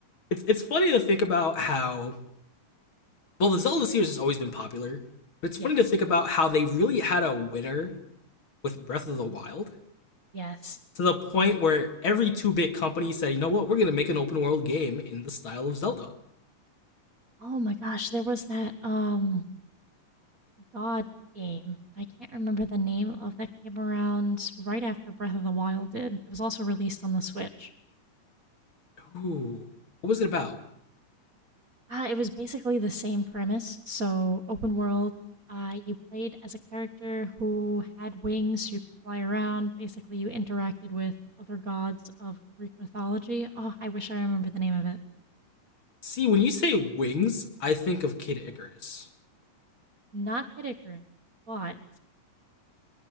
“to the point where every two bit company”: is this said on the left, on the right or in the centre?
Left